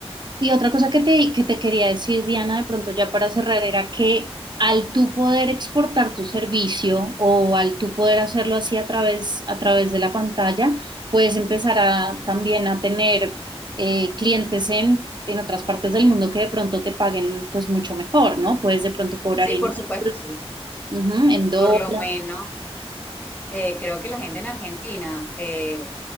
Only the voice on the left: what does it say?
Sí,
por
supuesto, sí.
Por lo menos eh, creo que la gente en Argentina, eh,